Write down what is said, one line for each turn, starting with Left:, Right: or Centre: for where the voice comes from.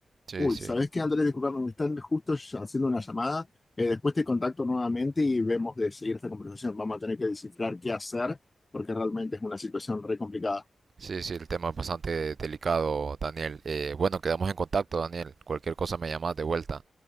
Right: Sí,
Left: Uy,
Right: sí.
Left: ¿sabés qué, Andrés? Disculpame, me están justo ya haciendo una llamada. Eh, después te contacto nuevamente y vemos de seguir esta conversación. Vamos a tener que descifrar qué hacer porque realmente es una situación re complicada.
Right: Sí, sí, el tema es bastante delicado, Daniel. Eh, bueno, quedamos en contacto, Daniel. Cualquier cosa me llamas de vuelta.